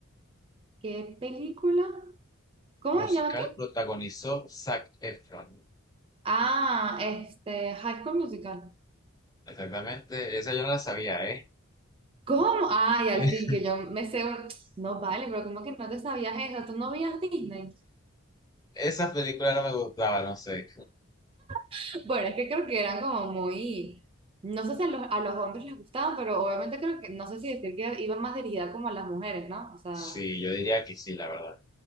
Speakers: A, on the right; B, on the left.
A: <laughs> ¿Qué película? ¿Cómo
B: Musical
A: se llama qué?
B: protagonizó Zac Efron.
A: Ah, este, High School Musical.
B: Exactamente, esa yo no la sabía, ¿eh?
A: ¿Cómo? Ay, al
B: <laughs>
A: fin, yo, yo me sé un- No vale, pero ¿cómo que no te sabías eso? ¿Tú no veías Disney?
B: Esa película no me gustaba, no sé.
A: <laughs> Bueno, es que creo que eran como muy... No sé si a los, a los hombres les gustaban, pero obviamente creo que, no sé si decir que iban más dirigida como a las mujeres, ¿no? O sea...
B: Sí, yo diría que sí, la verdad.